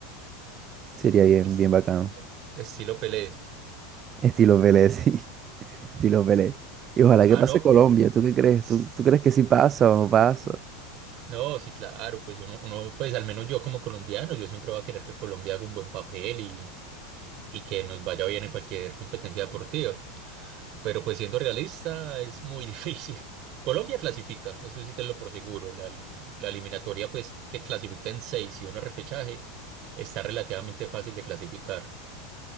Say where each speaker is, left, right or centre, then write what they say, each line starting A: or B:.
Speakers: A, on the right (about 35°); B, on the right (about 50°).
A: Sería bien,
B: Es,
A: bien bacano.
B: eh, estilo Pelé.
A: Estilo Pelé, sí. <laughs> Estilo Pelé. Y ojalá
B: Ah,
A: que pase
B: no.
A: Colombia. ¿Tú qué crees?
B: s-
A: ¿Tú, tú crees que sí pasa o no pasa?
B: No, sí, claro, pues uno, uno, pues al menos yo como colombiano, yo siempre voy a querer que Colombia haga un buen papel y, y que nos vaya bien en cualquier competencia deportiva. Pero pues siendo realista es muy <laughs> difícil. Colombia clasifica, eso sí te lo por seguro. La, la eliminatoria pues que clasifica en seis y un repechaje está relativamente fácil de clasificar.